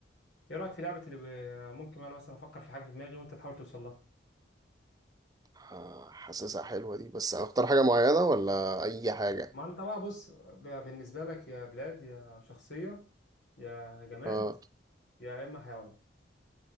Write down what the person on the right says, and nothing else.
ح- حاسسها حلوة دي بس هنختار حاجة معينة ولا اي حاجة
اه